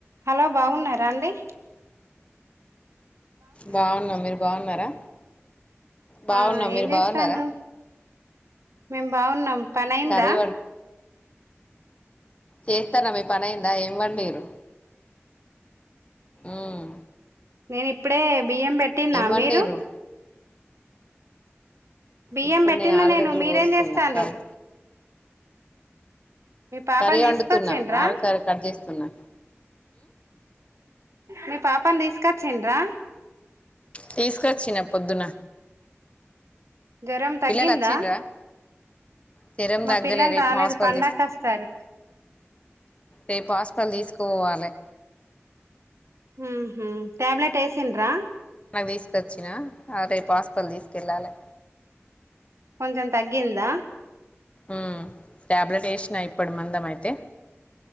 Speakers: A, on the right; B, on the left.
A: hello బాగున్నారా రండి
B: బాగునం మీరు బాగున్నారా బాగునం
A: ఆ ఏం
B: మీరు
A: చేస్తాండ్రు
B: బాగున్నారా
A: మేం బాగున్నాం పని అయిందా
B: కర్రీ చేస్తానమే పనిఅయిందా ఏంవండిరు ఉమ్
A: నేను ఇప్పుడే బియ్యం పెట్టినా
B: వండిరు
A: మీరు బియ్యం
B: ఇప్పుడు
A: పెట్టింద
B: ఆలుగడ్డలు
A: నేను మీరు
B: కోస్తున్నా
A: ఏంచేస్తాడురు
B: కర్రీ
A: పాపని
B: కర్రీ వండుతున్నా
A: తీసుకొచ్చిండ్రా
B: ఆలుకర్రి కట్ చేస్తున్నా
A: మీ పాపాను తీసుకొచ్చండ్రా
B: తీసుకొచ్చిన పొద్దున
A: జ్వరం తగ్గిందా
B: పిల్లలు వచ్చిండరా జ్వరం
A: మా
B: తగ్గలేదు
A: పిల్లలు
B: రేపు
A: రాలేదు
B: హాస్పిటల్
A: పండకొస్తారు
B: తీసు రేపు హాస్పిటల్ తీసు ఓ వాలే
A: హ హ ట్యాబ్లేెట్ వేసింద్రా
B: నిన్న తీసుకొచ్చినా రేపు హాస్పల్ తీసుకెళ్ళాలి
A: కొంచెం తగ్గిందా
B: ఊ ట్యాబ్లెట్ వేసినా ఇప్పటి మందం అయితే